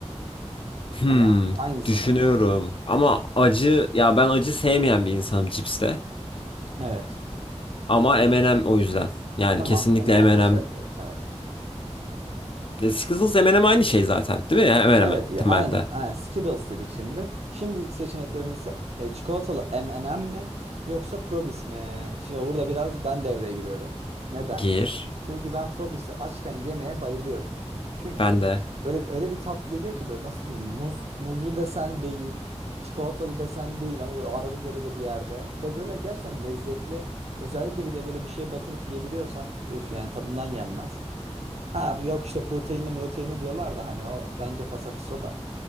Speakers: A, on the left; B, on the right.
A: Hmm,
B: Hani hangisini?
A: düşünüyorum. Ama acı, ya ben acı sevmeyen bir insanım cipste.
B: Evet.
A: Ama M&M o yüzden. Yani
B: Tamam
A: kesinlikle
B: M&M
A: M&M.
B: eşerleri. Evet.
A: E, Skittles M&M aynı şey zaten, değil mi? Hemen
B: Evet,
A: hemen
B: ya,
A: temelde.
B: aynen, aynen. Skittles dedik şimdi. Şimdilik seçeneklerimizde e, çikolatalı M&M mi yoksa Probis mi? Şimdi burada biraz ben devreye giriyorum. Neden?
A: Gir.
B: Çünkü ben Probis'i açken yemeye bayılıyorum. Çünkü
A: Ben de.
B: böyle öyle bir tat geliyor ki böyle nasıl diyeyim? Muz, muzlu desen değil, çikolatalı desen değil ama böyle arada derede bir yerde ve böyle gerçekten lezzetli. Özellikle bir de böyle bir şey batırıp yiyebiliyorsan öf yani tadından yenmez. Ha yok işte proteinli proteinli diyorlar da hani o bence fasafiso da